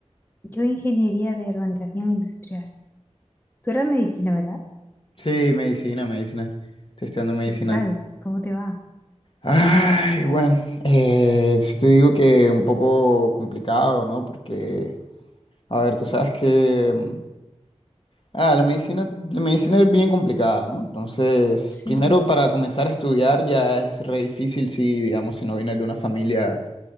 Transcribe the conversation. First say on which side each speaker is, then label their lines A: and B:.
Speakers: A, on the left (about 15°); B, on the left (about 45°).
A: yo ingeniería de organización industrial. Tú eras medicina, ¿verdad?
B: Sí, medicina, medicina. Estoy estudiando medicina.
A: ¿Y qué tal? ¿Cómo te va?
B: Ay, bueno, eh, sí te digo que un poco complicado, ¿no? Porque, a ver, tú sabes que mm, ah, la medicina, la medicina es bien complicada, ¿no? Entonces,
A: Sí,
B: primero para comenzar a estudiar ya es re difícil si, digamos, si no vienes de una familia,